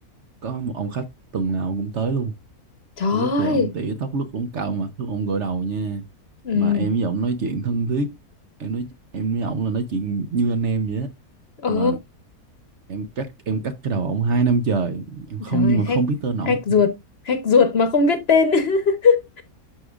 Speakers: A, on the right; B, on the left.
A: có một ông khách tuần nào cũng tới luôn
B: trời
A: thì lúc thì ông
B: ơi.
A: tỉa tóc lúc ông cạo mặt lúc ông gội đầu nha
B: Ừ,
A: mà em với ông nói chuyện thân thiết em nói em với ông là nói chuyện như anh em vậy á
B: ờ,
A: mà em cắt em cắt cái đầu ông hai năm trời em không
B: trời ơi,
A: nhưng mà không
B: khách,
A: biết tên ổng
B: khách ruột, khách ruột mà không biết tên. <laughs>